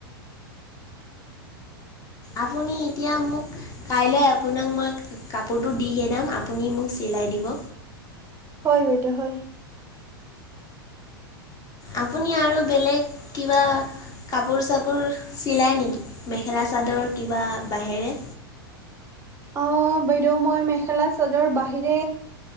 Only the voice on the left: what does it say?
আপুনি এতিয়া মোক কাইলৈ আপোনাক মই কাপোৰটো দিহে দাম আপুনি মোক চিলাই দিব।
আপুনি আৰু বেলেগ কিবা কাপোৰ চাপোৰ চিলায় নেকি মেখেলা চাদৰ কিবা বাহিৰে।